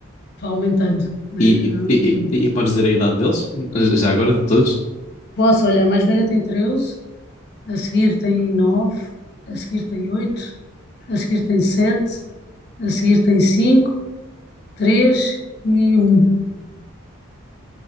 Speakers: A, on the left (about 50°); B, on the left (about 35°).
A: vá aumentando, não
B: E,
A: é? Vá aumentando.
B: e, e, e- e podes dizer a idade deles? Já agora de todos?
A: Posso, olha, a mais velha tem 13, a seguir tem nove a seguir tem oito a seguir tem sete a seguir tem cinco 3 e um